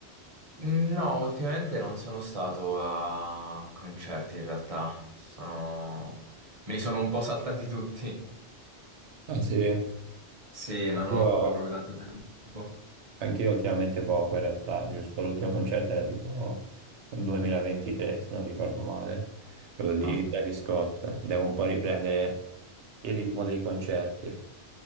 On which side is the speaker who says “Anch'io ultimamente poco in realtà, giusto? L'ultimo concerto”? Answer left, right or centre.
Right